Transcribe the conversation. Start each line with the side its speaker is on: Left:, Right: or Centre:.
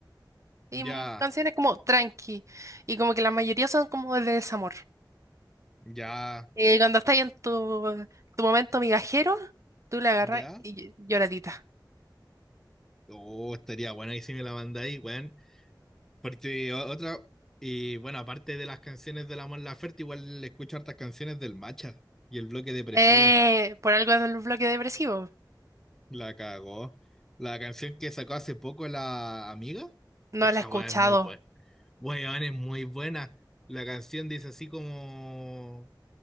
Right: y
Centre: Ya,
Right: m- canciones como tranqui. Y como que la mayoría son como de desamor.
Centre: ya,
Right: Y cuando estás en tu, tu momento migajero, tú le agarras
Centre: ya.
Right: y lloradita.
Centre: Oh, estaría bueno ahí si me la mandáis, weón. Porque o- otra, y bueno, aparte de las canciones de la Mon Laferte, igual escucho hartas canciones del Macha y el bloque depresivo.
Right: Eh, por algo en un bloque depresivo.
Centre: La cagó. La canción que sacó hace poco la amiga,
Right: No
Centre: esa
Right: la he escuchado,
Centre: weá es muy buena. Weón, es muy buena. La canción dice así como.